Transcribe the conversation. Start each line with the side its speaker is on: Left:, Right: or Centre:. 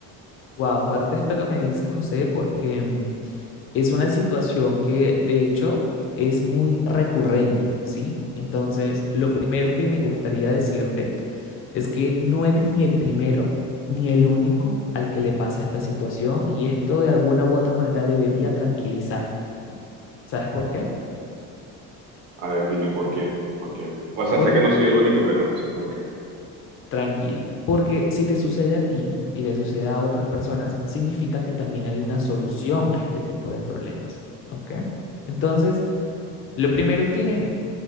Left: Wow, fuerte esto que me dices, José, porque mm, es una situación que de hecho es muy recurrente, ¿sí? Entonces, lo primero que me gustaría decirte es que no eres ni el primero ni el único al que le pasa esta situación y esto de alguna u otra manera debería tranquilizarte. ¿Sabes por qué?
Right: A ver, dime por qué, por qué. O sea,
Left: Por
Right: sé que no soy el único, pero no sé por qué.
Left: tranquilo, porque si te sucede a ti y le sucede a otras personas, significa que también hay una solución a este tipo de problemas, ¿ok? Entonces, Lo primero que